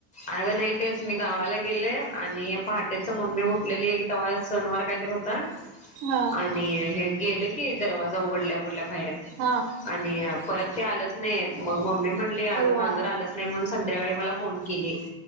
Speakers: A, on the left (about 20°); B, on the right (about 55°).
A: अर नाही तेच मी गावाला गेले आणि पहाटेच मम्मी ऊटलेली त्यावेळेस सनवार काहीतरी हो ता
B: हा
A: आणि हे गेलं की दरवाजा उघडल्या उघडल्या बाहेर
B: हा
A: आणि अप परत ते आलंच नाही, मग मम्मी म्हणली अगं
B: अव्वा
A: मांजर आलंच नाही म्हणून संध्याकाळी मला फोन केली.